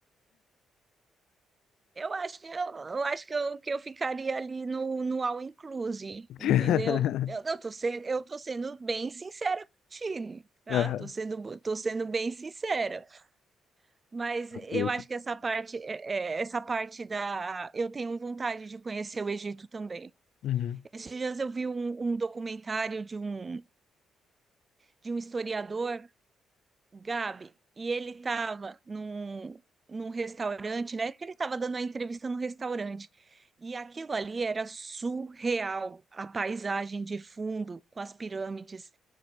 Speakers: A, on the right; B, on the left.
A: Eu acho que eu, eu acho que eu, que eu ficaria ali no, no all inclusive,
B: <laughs>
A: entendeu? Eu, eu tô sendo, eu tô sendo bem sincera contigo, tá?
B: Aham,
A: Tô sendo, tô sendo bem sincera. Mas eu
B: eu
A: acho
B: que-
A: que essa parte, é- é, essa parte da, eu tenho vontade de conhecer o Egito também.
B: Uhum.
A: Esses dias eu vi um, um documentário de um, de um historiador Gabi, e ele estava num, num restaurante, né? Que ele estava dando a entrevista no restaurante. E aquilo ali era surreal, a paisagem de fundo com as pirâmides.